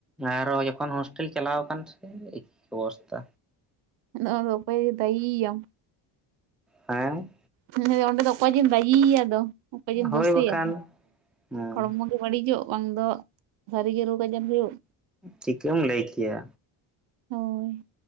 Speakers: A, in the centre; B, on the right.
A: ᱟᱨᱚ ᱡᱚᱠᱷᱚᱱ ᱦᱳᱥᱴᱮᱞ ᱪᱟᱞᱟᱣ ᱠᱟᱱ ᱥᱮ ᱮᱠ ᱚᱵᱚᱥᱛᱟ᱾
B: ᱟᱫᱚ ᱚᱠᱚᱭ ᱡᱮ ᱫᱟᱭᱤᱭ ᱭᱟᱢ᱾
A: ᱦᱮᱸ
B: ᱦᱮᱸ ᱚᱸᱰᱮ ᱫᱚ ᱚᱠᱚᱭ ᱡᱮᱢ ᱫᱟᱭᱤᱭ ᱭᱟ ᱫᱚ ᱚᱠᱚᱭ ᱡᱮᱢ
A: ᱦᱳᱭ
B: ᱫᱳᱥᱮᱭᱟ
A: ᱵᱟᱠᱷᱟᱱ ᱦᱮᱸ
B: ᱦᱚᱲᱢᱚ ᱵᱟᱹᱲᱤᱡᱚᱜ ᱵᱟᱝ ᱫᱚ ᱥᱟᱹᱨᱤᱜᱮ ᱨᱳᱜᱽ ᱟᱡᱟᱨ ᱦᱩᱭᱩᱜ᱾
A: ᱪᱤᱠᱟᱹᱢ ᱞᱟᱹᱭ ᱠᱮᱭᱟ
B: ᱦᱳᱭ